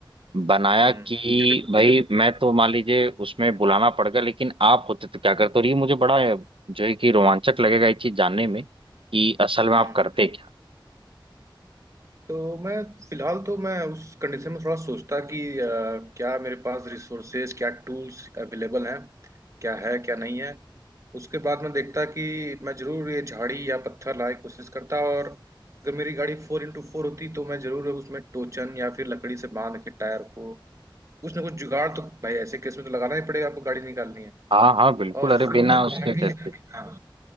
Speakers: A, on the right; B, on the right.
A: बनाया
B: हम्म
A: कि
B: जटिल हूँ।
A: भाई मैं तो मान लीजिए उसमें बुलाना पड़ गया लेकिन आप होते तो क्या करते और ये मुझे बड़ा जो है कि रोमांचक लगेगा ये चीज जानने में कि असल में आप
B: हम्म।
A: करते क्या
B: तो मैं फिलहाल तो मैं उस कंडीशन में थोड़ा सोचता कि अ, क्या मेरे पास रिसोर्सेज क्या टूल्स अवेलेबल हैं क्या है क्या नहीं है उसके बाद मैं देखता कि मैं जरूर ये झाड़ी या पत्थर लाए कोशिश करता और अगर मेरी गाड़ी फोर इंटू फोर होती तो मैं जरूर उसमें टोचन या फिर लकड़ी से बांध के टायर को कुछ ना कुछ जुगाड़ तो भाई ऐसे केस में तो लगाना ही पड़ेगा आपको गाड़ी निकालनी है
A: हाँ हाँ बिल्कुल
B: और
A: अरे
B: फिर
A: बिना
B: मैं
A: उसके
B: आगे
A: कैसे
B: हाँ